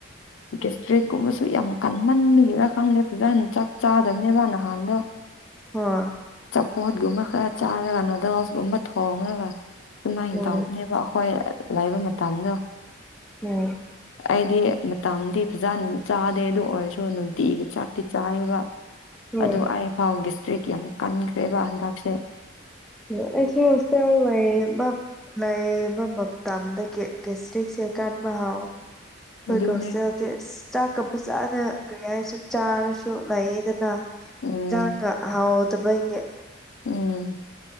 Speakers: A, on the left (about 75°); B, in the centre.
A: ꯒꯦꯁꯇ꯭ꯔꯦꯛ ꯒꯨꯝꯕꯁꯨ ꯌꯥꯝ ꯀꯟꯃꯟꯕꯒꯤꯔ ꯈꯪꯗꯦ ꯐꯖꯅ ꯆꯥꯛ ꯆꯥꯗꯝꯅꯦꯕ ꯅꯍꯥꯟꯗꯣ
B: ꯍꯣꯢ
A: ꯆꯥꯄꯣꯠ ꯒꯨꯝꯕ ꯈꯔ ꯆꯥꯔꯒ ꯅꯨꯗꯜꯁ ꯒꯨꯝꯕ ꯊꯣꯡꯉꯒ ꯗꯨꯃꯥꯏꯟ
B: ꯎꯝ
A: ꯇꯧꯕꯅꯦꯕ ꯑꯈꯣꯏ ꯂꯩꯕ ꯃꯇꯝꯗꯣ
B: ꯎꯝ
A: ꯑꯩꯗꯤ ꯃꯇꯥꯝꯗꯤ ꯐꯖꯟ ꯆꯥꯗꯦ ꯑꯗꯨ ꯑꯣꯏꯔꯁꯨ ꯅꯨꯡꯇꯤꯒꯤ ꯆꯥꯛꯇꯤ ꯆꯥꯌꯦꯕ
B: ꯍꯣꯏ
A: ꯑꯗꯨ ꯑꯩꯐꯥꯎ ꯒꯦꯁꯇ꯭ꯔꯤꯛ ꯌꯥꯝ ꯀꯟꯈ꯭ꯔꯦꯕ ꯍꯟꯗꯛꯁꯦ
B: <unintelligible> ꯂꯩꯕ ꯃꯇꯝꯗꯒꯤ ꯒꯦꯁꯇ꯭ꯔꯤꯛꯁꯦ ꯀꯟꯕ ꯍꯥꯎ ꯈꯣꯏ
A: ꯑꯗꯨꯅꯦ
B: ꯒꯣꯇꯦꯜꯗꯤ ꯆꯥꯛꯀ ꯐꯖꯅ ꯀꯔꯤ ꯍꯥꯏꯁꯨ ꯆꯥꯔꯁꯨ ꯂꯩꯥꯌꯦꯗꯅ ꯍꯤꯟꯖꯥꯡꯒ
A: ꯎꯝ
B: ꯍꯥꯎꯇꯕꯒꯤ
A: ꯎꯝ